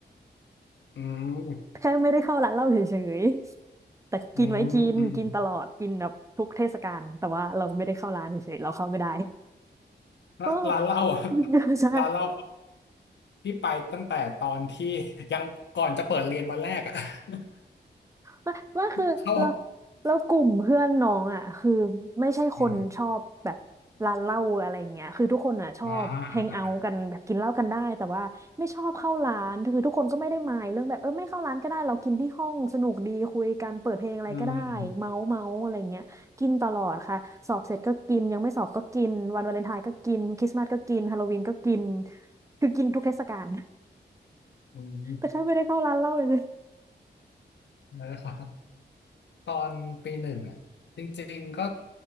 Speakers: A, on the left; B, on the right.
A: อืม
B: แค่ไม่ได้เข้าร้านเหล้าเฉยๆแต่กินไว้กินกินตลอดกินแบบทุกเทศกาลแต่ว่าเราไม่ได้เข้าร้านเฉยๆเราเข้าไม่ได้
A: อืมอืมแล้วร้านเหล้าอ่ะ
B: ก็ <laughs> ใช่
A: <laughs> ร้านเหล้าที่ไปตั้งแต่ตอนที่ยังก่อนจะเปิดเรียนวันแรกอ่ะ <laughs>
B: ว่าว่าคือเรา
A: เข้า
B: เรากลุ่มเพื่อนน้องอ่ะคือ ไม่ใช่คนชอบแบบร้านเหล้าอะไรเงี้ยคือทุกคนอ่ะชอบแฮงเอาท์กันแบบกินเหล้ากันได้
A: อืมอ่าอ่าอ่า
B: แต่ว่าไม่ชอบเข้าร้าน คือทุกคนก็ไม่ได้มายเรื่องแบบเออไม่เข้าร้านก็ได้เรากินที่ห้องสนุกดีคุยกันเปิดเพลงอะไรก็ได้เมาส์เมาส์อะไรเงี้ยกินตลอดค่ะสอบเสร็จก็กินยังไม่สอบก็กินวันวาเลนไทน์ก็กินคริสต์มาสก็กินฮาโลวีนก็กิน
A: อืมอืม
B: คือกินทุกเทศกาล
A: อืม
B: <laughs> แต่แค่ไม่ได้เข้าร้านเหล้าเลย
A: แล้วก็ ตอนปีหนึ่งอ่ะจริงๆก็